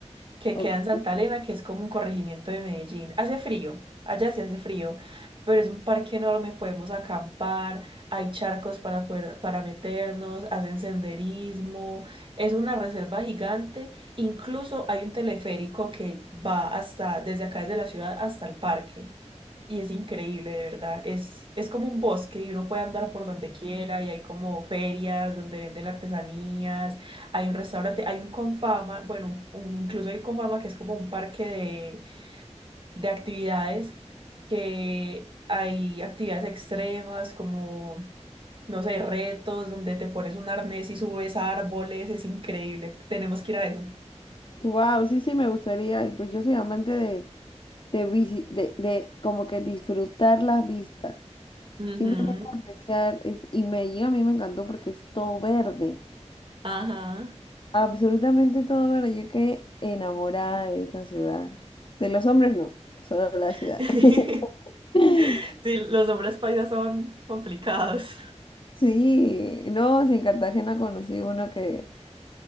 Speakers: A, on the right; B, on the left.
A: que
B: Ok.
A: queda en Santa Elena, que es como un corregimiento de Medellín. Hace frío, allá sí hace frío, pero es un parque enorme, podemos acampar, hay charcos para poder, para meternos, hacen senderismo, es una reserva gigante, incluso hay un teleférico que va hasta, desde acá desde la ciudad hasta el parque. Y es increíble, de verdad. Es, es como un bosque y uno puede andar por donde quiera y hay como ferias donde venden artesanías, hay un restaurante, hay un Confama, bueno, un- un- incluso hay un Confama que es como un parque de, de actividades, que hay actividades extremas como, no sé, retos donde te pones un arnés y subes a árboles, es increíble. Tenemos que ir a eso.
B: Wow, sí, sí, me gustaría. Y pues yo soy amante de, de, visi- de, de como que disfrutar las vistas.
A: Ujú,
B: Simplemente apreciar es, y Medellín a mí me encantó porque es todo verde,
A: Ajá.
B: absolutamente todo verde. Yo quedé enamorada de esa ciudad. De los hombres no, solo la
A: <laughs>
B: ciudad. <laughs>
A: Sí, los hombres paisas son complicados.
B: Sí, no, si en Cartagena conocí uno que,